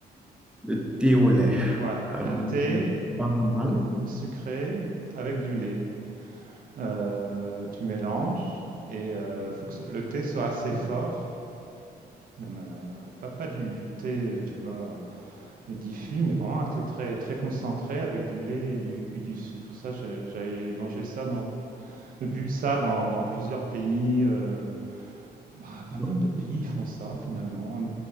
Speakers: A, in the centre; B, on the right.
A: Le thé au lait.
B: Ouais,
A: Euh,
B: un thé
A: pas mal.
B: sucré avec du lait. Euh, tu mélanges et il faut que ce- le thé soit assez fort, même euh, pas, pas du, du thé, euh, tu vois, euh, diffus, mais vraiment un thé très, très concentré avec du lait et du, et du sucre. Ça, j'ai- j'avais mangé ça, dans, bu ça dans, dans plusieurs pays. euh, bah, pas
A: Bon.
B: mal de pays font ça finalement, en,